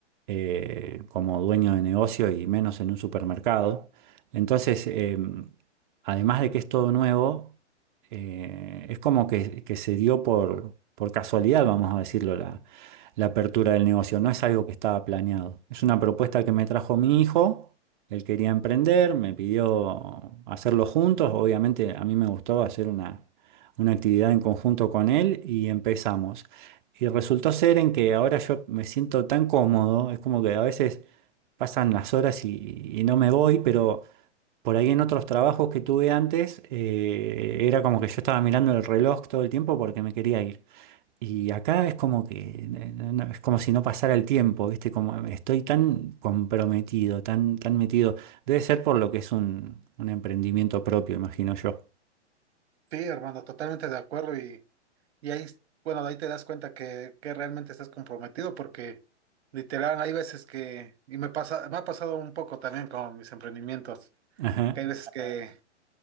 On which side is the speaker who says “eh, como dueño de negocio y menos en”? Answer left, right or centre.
Right